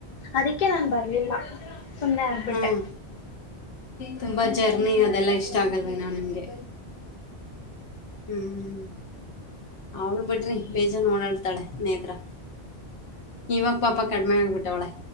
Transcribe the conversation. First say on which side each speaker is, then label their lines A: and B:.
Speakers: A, on the left; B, on the left.
A: ಅದಕ್ಕೆ ನಾನ್ ಬರ್ಲಿಲ್ಲ ಸುಮ್ಮನೆ ಆಗ್ಬಿಟ್ಟೆ.
B: ಹ್ಮ್ ತುಂಬಾ ಜರ್ನಿ ಅದೆಲ್ಲಾ ಇಷ್ಟ ಆಗಲ್ವೇನೋ ನಿನ್ಗೆ. ಹ್ಮ್, ಅವಳ ಬಿಡ್ರಿ ಬೇಜ ಜ ನೋಡಾಡ್ತಾಳೆ ನೇತ್ರ ಇವಾಗ ಪಾಪ ಕಡಿಮೆ ಆಗ್ಬಿಟ್ಟವಳೆ.